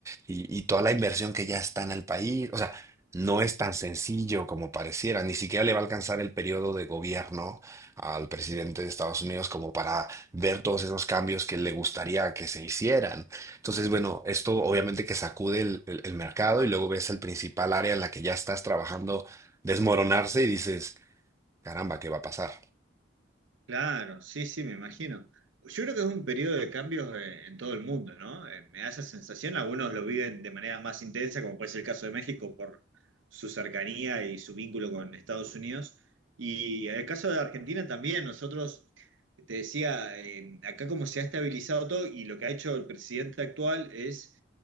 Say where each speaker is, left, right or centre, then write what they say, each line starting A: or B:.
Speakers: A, on the right; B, on the right.
A: y, y toda la inversión que ya está en el país, o sea, no es tan sencillo como pareciera, ni siquiera le va a alcanzar el periodo de gobierno al presidente de Estados Unidos como para ver todos esos cambios que le gustaría que se hicieran. Entonces, bueno, esto obviamente que sacude el, el- el mercado y luego ves el principal área en la que ya estás trabajando desmoronarse y dices, caramba, ¿qué va a pasar?
B: claro, sí, sí, me imagino. Yo creo que es un periodo de cambios eh, en todo el mundo, ¿no? Eh, me da esa sensación, algunos lo viven de manera más intensa, como puede ser el caso de México por su cercanía y su vínculo con Estados Unidos. Y en el caso de Argentina también, nosotros, te decía, eh, acá como se ha estabilizado todo y lo que ha hecho el presidente actual es